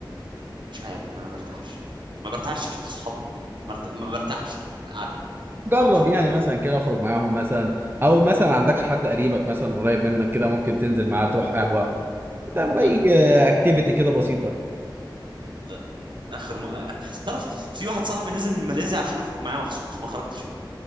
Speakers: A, on the right; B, on the right.
A: مش عارف ما برتاحش ما برتاحش لاصحابها ما برت- ما برتاحش للقعده دي
B: جرب
A: ماشي
B: يعني مثلا كده اخرج معاهم مثلا او مثلا ما عندكش حد قريبك مثلا قريب منك كده ممكن تنزل معاه تروح قهوه تعمل
A: لا
B: اي اكتيفيتي كده بسيطه
A: لا اخر م... آه، تعرف في واحد صاحبي نزل من ماليزيا عشان يخرج معايا مخصوص ما خرجتش معاه